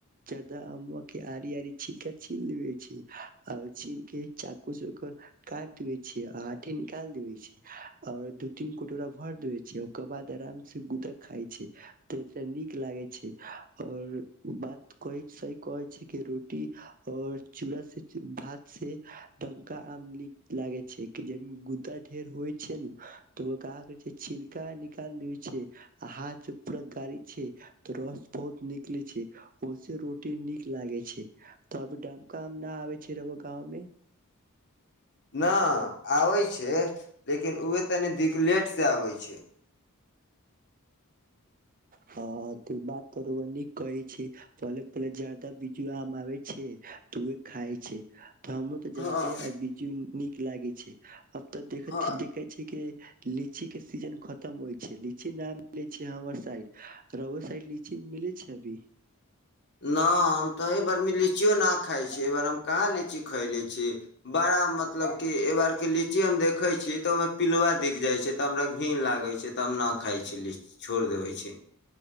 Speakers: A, on the right; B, on the left.
A: चढ़दा आम् के आरी आरी छिलका छिल लेबे छै आओर चीन के चाकू से ओकर काट देै अ आठी निकाल दिबै आओर दू तीन कटोरा भर देे छै ओकर बाद आराम से गुदक खााय छै त नीक लागे छै और बात कह सही कहे छै के रोटी और चूड़ा से भात से तनका आम निक लागे छै जे गुदा ढेर होइ छै ने तऽ ओ कह छै छिलका नाल छै हाथ से पूरा गाड़ी छै तऽ रस बहुत निकले छै ओसे रोटी नीक लागे छै तब डमका आबे छै छेरवा गाँव मे
B: न आबै छै लेकिन उह तनि दिकलेट से आबै छै
A: ह त बात रउआ नीक कही छै भल पल ज त बीज आम आ छै तऽ खाय छै तऽ हम तऽ जा
B: हँ
A: दे आ बिजी न लागै छै तऽ देख
B: हँ
A: देखे छी क लीची के सीजन खतम होय छै नाम मिले छैय हमर साइड रउआ साइड लीची मिलै छै अभी
B: न हम तऽ एहि बार लीचियो ना खााय छी एहि बार हम कहाँ लीची खायले छी बड़ा मतब मतलब की एहिबार के लीची हम देखे छी तऽ ओहिमे पिलवा दिख जाइ छै तऽ हमरा घिन लागै छै तऽ हम न खााय छी लीची छोड़ देबे छी